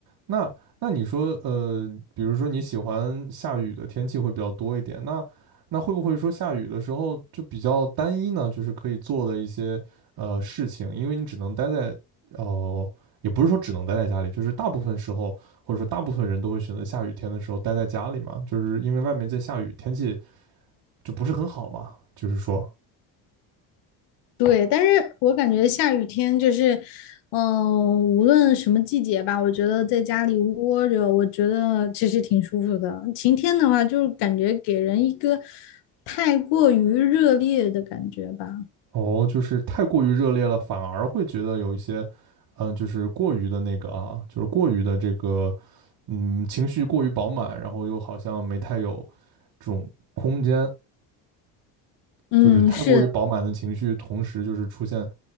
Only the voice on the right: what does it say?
那那你说，呃，比如说你喜欢下雨的天气会比较多一点，那那会不会说下雨的时候就比较单一呢？就是可以做的一些呃事情，因为你只能待在哦、也不是说只能待在家里，就是大部分时候或者说大部分人都会选择下雨天的时候待在家里嘛，就是因为外面在下雨，天气就不是很好嘛，就是说。
哦，就是太过于热烈了，反而会觉得有一些，嗯、就是过于的那个啊，就是过于的这个，嗯，情绪过于饱满，然后又好像没太有这种空间，
就是太过于饱满的情绪，
同时就是出现，